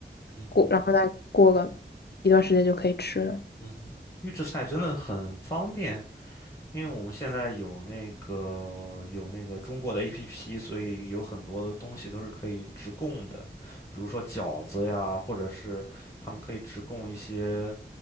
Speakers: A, on the left (about 15°); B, on the left (about 65°).
A: 嗯哼，
B: 锅，过然后再过个一段时间就可以吃了。
A: 嗯哼，预制菜真的很方便。因为我们现在有那个有那个中国的 APP，所以有很多东西都是可以直供的，比如说饺子呀，或者是他们可以直供一些